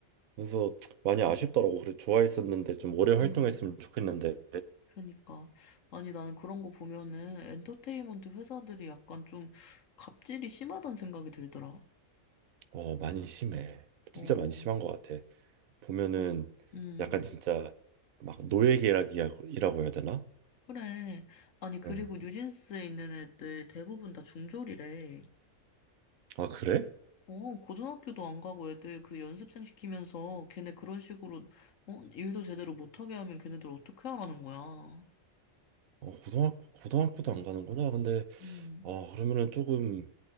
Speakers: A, on the right (about 80°); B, on the left (about 65°).
A: 그래서 많이 아쉽더라고.
B: 음,
A: 그래 좋아했었는데 좀 오래 활동했으면
B: 음,
A: 좋겠는데
B: 그러니까. 아니, 나는 그런 거 보면은 엔터테인먼트 회사들이 약간 좀 갑질이 심하다는 생각이 들더라.
A: 어 많이 심해. 진짜
B: 어,
A: 많이 심한 것 같아. 보면은
B: 아, 음,
A: 약간 진짜 막 노예계약이라고 해야 되나?
B: 그래. 아니, 그리고
A: 응.
B: 뉴진스에 있는 애들 대부분 다 중졸이래.
A: 아 그래?
B: 어, 고등학교도 안 가고 애들 그 연습생 시키면서 걔네 그런 식으로, 어, 일도 제대로 못하게 하면 걔네들 어떻게 하라는 거야.
A: 어 고등학교 고등학교도 안 가는구나. 근데
B: 음.
A: 아 그러면은 조금